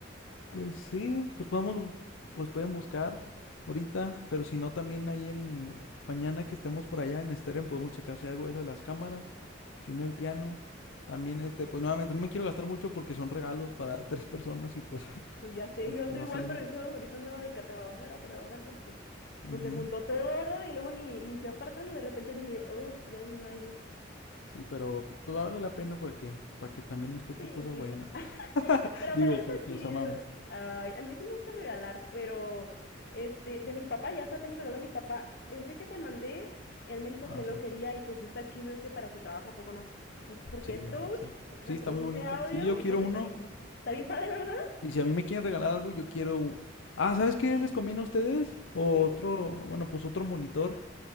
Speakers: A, on the left; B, on the left.
A: pues sí, pues podemos, pues pueden buscar ahorita, pero si no también ahí en... Mañana que estemos por allá en Steren podemos checar si hay algo de eso de las cámaras, si no el piano. También este, pues nuevamente no me quiero gastar mucho porque son regalos para <laughs> tres personas y pues
B: Pues
A: <laughs>
B: ya sé,
A: este
B: yo ando
A: va
B: igual,
A: a salir...
B: pero eso ahorita andaba de que a trabajar, a trabajar, porque
A: Ujú.
B: pues se juntó todo, ¿verdad? Y luego ni, ni fui apartando, de repente dije, uff, ya es mayo.
A: Sí, pero pues, vale la pena para que, para que también nos toque
B: Sí,
A: cosas buenas.
B: t- <laughs>
A: <laughs>
B: pero aparte
A: Digo,
B: está
A: porque
B: chido.
A: los amamos.
B: Ay, a mí sí me gusta regalar, pero este, de mi papá, ya está, tengo el regalo de mi papá. Ese que te mandé, él me dijo
A: Ah,
B: que lo
A: sí.
B: quería y pues sí está chido ese para su trabajo, ¿a poco no? El, porque
A: Sí,
B: es
A: la
B: touch,
A: verdad, sí.
B: pu-
A: Sí,
B: reproduce
A: está muy bonito.
B: audio
A: Sí, yo
B: y
A: quiero
B: pues
A: uno.
B: está bien, pa- está bien padre, ¿verdad?
A: Y si a mí me quieren regalar algo, yo quiero... u- Ah, ¿sabes qué les conviene a ustedes? O
B: ¿Qué?
A: otro, bueno, pues otro monitor.